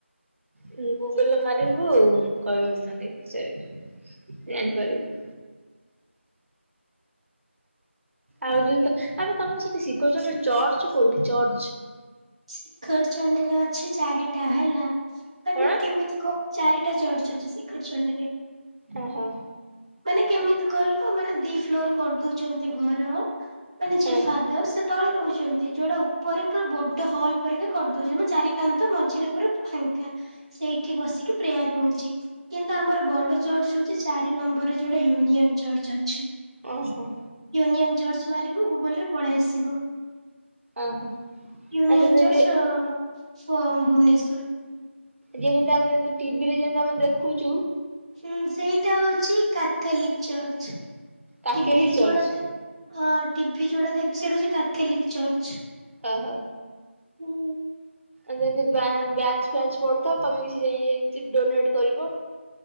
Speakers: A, on the right; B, on the right.
A: ତୁ ଗୁଗୁଲୁରେ ମାରିବୁ କହିବୁ ନାନୀକି ପଚାରିବୁ ଜାଣିପାରିବୁ। ଆଉ ଯୋଉତ ଆବେ ତମ ସେଠି ଶିକଉଚନ୍ତି ଚର୍ଚ୍ଚ କୋଉଠି ଚର୍ଚ୍ଚ?
B: ଶିଖର ଚଣ୍ଡୀରେ ଅଛି ଚାରିଟା ହେଲା ମାନେ
A: କଣ
B: କେମିତି କ ଚାରିଟା ଚର୍ଚ୍ଚ ଅଛି ଶିଖର ଚଣ୍ଡୀରେ।
A: ଓହୋ।
B: ମାନେ କେମିତି କହିଲୁ ମାନେ ଦି ଫ୍ଲୋର କରିଦଉଚନ୍ତି ଘର ମାନେ ଯିଏ
A: ହଁ
B: ଫା ର ସେ ତଳେ ରହୁଛନ୍ତି ଯୋଉଟା ଉପରେ ପୁରା ବଡ଼ ହଲ୍ ପରିକା କରିଦଉଚନ୍ତି <inaudible> ଚାରି କାନ୍ଥ ମଝିରେ ପୁରା ଫାଙ୍କା ସେଇଠି ବସିକି ପ୍ରେୟାର ହଉଚି। କିନ୍ତୁ, ଆମର ବଡ଼ ଚର୍ଚ୍ଚ ହଉଛି ଚାରି ନମ୍ବରରେ ଯୋଟା ୟୁନିଅନ ଚର୍ଚ୍ଚ ଅଛି।
A: ଓହୋ।
B: ୟୁନିଅନ ଚର୍ଚ୍ଚ ମାରିବୁ ଗୁଗୁଲରେ ପଳେଇ ଆସିବ।
A: ଓହୋ
B: ୟୁନିୟନ
A: ଆ ସେଥିରେ
B: ଚର୍ଚ୍ଚ ଅ ଫୋ ଭୁବନେଶ୍ୱର୍।
A: ଯେମିତି ଆମେ ଯେ ଟିଭିରେ ଯେମିତି ଆମେ ଦେଖୁଚୁ
B: ହୁଁ ସେଇଟା ହଉଚି କାଥଲିକ ଚର୍ଚ୍ଚ
A: କାକେଲି
B: ଟିଭିରେ
A: ଚର୍ଚ୍ଚ
B: ଯୋଉଟା ଦେ ହଁ ଟିଭି ଯଉଟା ଦେଖ ସେଇଟା ହଉଚି କାଥଲିକ ଚର୍ଚ।
A: ଓହୋ।
B: ହୁଁ।
A: ଆମେ ଯେମିତି ବ୍ୟାଚ୍ ବ୍ୟାଚ୍ କରୁଥାଉ <inaudible> ତମେବି ସେଇ ଯାଇଁ ଡୋନେଟେ କରିବ।